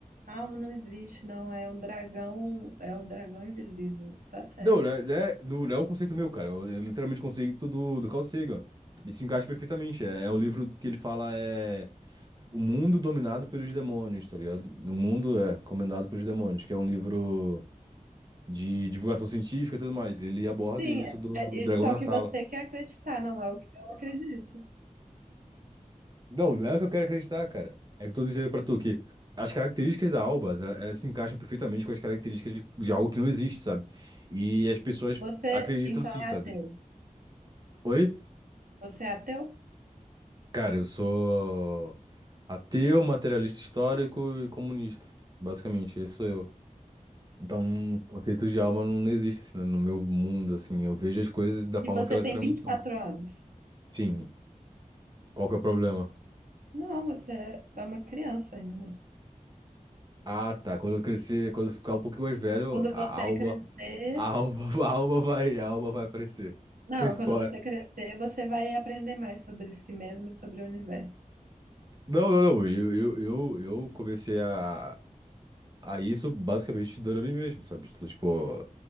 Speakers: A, on the right; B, on the right.
A: Ah, não existe, não. É um dragão, é um dragão invisível. Tá certo.
B: Não, né? né, Não, é, não é um conceito meu, cara. Eu, eu literalmente conceito do, do Carl Sagan. E se encaixa perfeitamente. É, é o livro que ele fala é o mundo dominado pelos demônios, tá ligado? O mundo é comandado pelos demônios, que é um livro. de divulgação científica e tudo mais. Ele aborda
A: Sim,
B: isso
A: é,
B: do
A: é-
B: dragão
A: isso é
B: na
A: o que
B: sala.
A: você quer acreditar, não é o que eu acredito.
B: Não, não é o que eu quero acreditar, cara. É o que eu tô dizendo pra tu que as características da Alba, elas, elas se encaixam perfeitamente com as características de, de algo que não existe, sabe? E as pessoas
A: Você,
B: acreditam
A: então,
B: sim,
A: é
B: sabe?
A: ateu.
B: Oi?
A: Você é ateu?
B: Cara, eu sou ateu, materialista histórico e comunista, basicamente, esse sou eu. Então, o conceito de alma não não existe assim, né, no meu mundo, assim, eu vejo as coisas da forma
A: E você
B: que elas
A: tem
B: tramitam
A: vinte e quatro anos.
B: Sim, qual que é o problema?
A: Não, você é é uma criança ainda.
B: Ah, tá. Quando eu crescer, quando eu ficar um pouquinho mais velho,
A: Quando
B: a
A: você
B: alma,
A: crescer,
B: a alma, <laughs> a alma vai, a alma vai aparecer.
A: não,
B: Sai fora.
A: quando você crescer, você vai aprender mais sobre si mesmo e sobre o universo.
B: Não, não, não. Eu, eu, eu, eu comecei a, a isso basicamente dando a mim mesmo, sabe? Tipo, tipo,